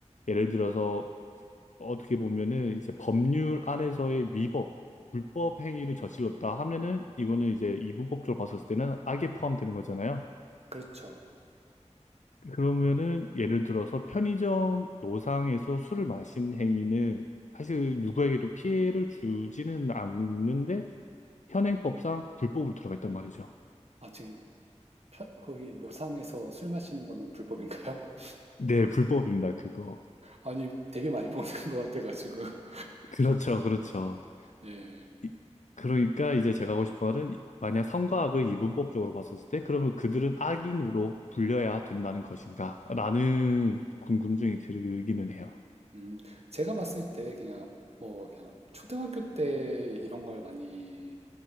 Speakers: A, on the left; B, on the right.
A: 예를 들어서 어떻게 보면은 이제 법률 안에서의 위법, 불법 행위를 저질렀다 하면은 이거는 이제 이분법적으로 봤었을 때는 악에 포함되는 거잖아요.
B: 그렇죠.
A: 그러면은 예를 들어서 편의점 노상에서 술을 마시는 행위는 사실 누구에게도 피해를 주지는 않는데 현행법상 불법으로 들어가 있단 말이죠.
B: 아, 지금 펴- 거기 노상에서 술 마시는 거는 불법인가요? <laughs>
A: 네, 불법입니다, 그거.
B: 아니, 되게 많이 보는 것 같아가지고. <laughs>
A: 그렇죠, 그렇죠.
B: 예.
A: 이- 그러니까 이제 제가 하고 싶은 말은 이- 만약 선과 악을 이분법적으로 봤었을 때 그러면 그들은 악인으로 불려야 된다는 것인가? 라는 궁금증이 들기는 해요.
B: 음, 제가 봤을 때 그냥 뭐 그냥 초등학교 때 이런 걸 많이